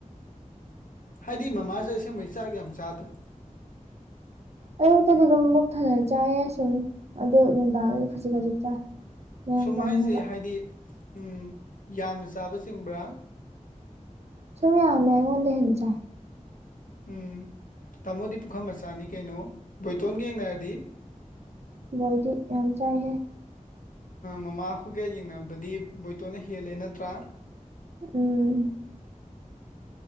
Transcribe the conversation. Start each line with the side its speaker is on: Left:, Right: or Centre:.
Left: ꯍꯥꯏꯗꯤ ꯃꯃꯥꯥꯁꯦ ꯑꯁꯦꯡꯕꯩ ꯆꯥꯛ ꯌꯥꯝ ꯆꯥꯗꯕ
Right: ꯑꯌꯨꯛꯇꯗꯤ ꯑꯗꯨꯝ ꯃꯕꯨꯛ ꯊꯟꯅ ꯆꯥꯏ ꯁꯨꯝ ꯑꯗꯣ ꯅꯨꯡꯗꯥꯡꯗꯤ ꯈꯖꯤꯛ ꯈꯖꯤꯛ ꯆꯥꯏ ꯃꯌꯥꯡ
Left: ꯁꯨꯝ
Right: ꯀꯪꯅꯕ
Left: ꯍꯥꯏꯁꯦ ꯍꯥꯏꯗꯤ ꯎꯝ ꯌꯥꯝꯅ ꯆꯥꯕ ꯆꯤꯡꯕ꯭ꯔꯥ
Right: ꯁꯃꯤ ꯌꯥ ꯃ ꯀꯣꯟꯗ ꯍꯦꯟꯁ
Left: ꯎꯝ ꯇꯥꯃꯣꯗꯤ ꯄꯨꯈꯝ ꯃꯆꯥꯅꯤ ꯀꯩꯅꯣ ꯕꯣꯏꯇꯣꯟꯒ ꯌꯦꯡꯅꯔꯗꯤ
Right: ꯕꯣꯏꯗꯤ ꯌꯥꯝ ꯆꯥꯏꯍꯦ
Left: ꯃꯃꯥꯍꯣꯏꯒ ꯌꯦꯡꯅꯕꯗꯗꯤ ꯕꯣꯏꯇꯣꯅ ꯍꯦꯜꯂꯦ ꯅꯠꯇ꯭ꯔꯥ
Right: ꯎꯝ